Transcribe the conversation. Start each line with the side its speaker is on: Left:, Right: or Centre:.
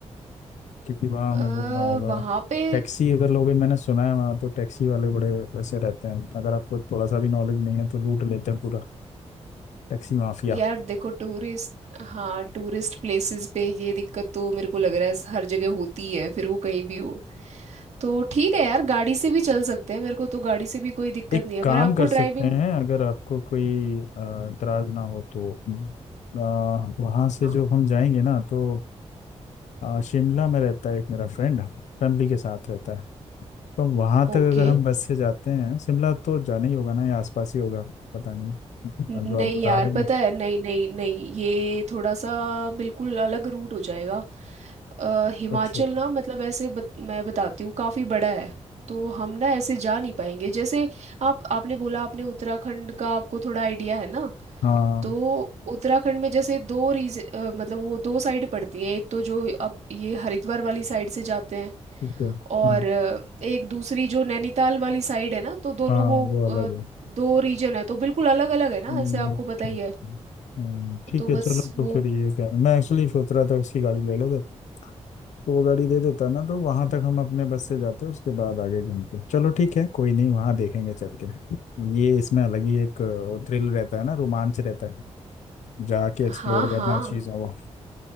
Left: क्योंकि वहाँ
Right: आ,
Left: हमें घूमना होगा
Right: वहाँ पे
Left: टैक्सी अगर लोगे मैंने सुना है वहाँ तो टैक्सी वाले बड़े वैसे रहते हैं अगर आपको थोड़ा सा भी नॉलेज नहीं है तो लूट लेते हैं पूरा Taxi mafia
Right: यार देखो टूरिस्ट हाँ टूरिस्ट प्लेसेस पे ये दिक्कत तो मेरे को लग रहा है हर जगह होती है फिर वो कहीं भी हो तो ठीक है यार गाड़ी से भी चल सकते हैं मेरे को तो गाड़ी से भी कोई दिक्कत
Left: एक
Right: नहीं है
Left: काम
Right: पर आपको
Left: कर सकते
Right: ड्राइविंग
Left: हैं अगर आपको कोई अ, इतराज ना हो तो अ, वहाँ से
Right: हाँ
Left: जो हम जाएंगे ना तो अ, शिमला में रहता है एक मेरा फ्रेंड फैमिली के साथ रहता है तो हम वहाँ तक
Right: ओके
Left: अगर हम बस से जाते हैं शिमला तो जाना ही होगा ना या आसपास ही होगा पता नहीं
Right: नहीं
Left: अ, जो आप बता
Right: यार
Left: रहे
Right: पता
Left: हो
Right: है नहीं नहीं नहीं ये थोड़ा सा बिल्कुल अलग रूट हो जाएगा अ, हिमाचल
Left: अच्छा
Right: ना मतलब ऐसे बत, मैं बताती हूँ काफ़ी बड़ा है तो हम ना ऐसे जा नहीं पाएंगे जैसे आप आपने बोला आपने उत्तराखंड का आपको थोड़ा आइडिया है ना
Left: हाँ
Right: तो उत्तराखंड में जैसे दो रीज अ, मतलब वो दो साइड पड़ती हैं एक तो जो आप ये हरिद्वार वाली साइड से जाते हैं
Left: ठीक है
Right: और
Left: हाँ
Right: अ, एक दूसरी जो नैनीताल वाली साइड है ना तो दोनों
Left: हाँ
Right: वो
Left: वो अलग
Right: अ,
Left: है
Right: दो रीजन है तो बिल्कुल अलग अलग है ना
Left: हम्म,
Right: ऐसे आपको
Left: ओके
Right: पता ही है
Left: हम्म, ठीक
Right: तो
Left: है
Right: बस
Left: चलो
Right: वो
Left: तो फिर ये क्या मैं एक्चुअली सोच रहा था उसकी गाड़ी ले लेते तो वो गाड़ी दे देता ना तो वहां तक हम अपने बस से जाते उसके बाद आगे घूमते चलो ठीक है कोई नहीं वहां देखेंगे चल के ये इसमें अलग ही एक थ्रिल रहता है ना रोमांच रहता है जाके एक्सप्लोर
Right: हाँ
Left: करना
Right: हाँ
Left: चीज़ है वो